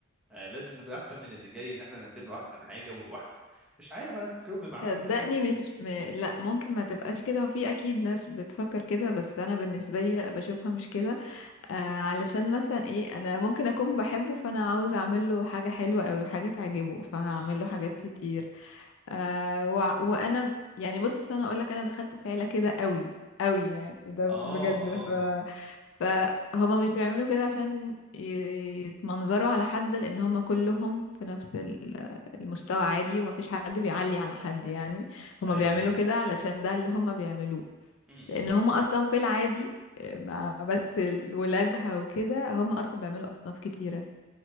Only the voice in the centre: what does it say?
آه، لازم نبقى احسن من اللي جاي ان احنا نقدم له احسن حاجه وواحد مش عارف انا تفكيرهم بيبقى عامل
ازاي بس
م-
م.
اه
اه
ايوه
ايوه
امم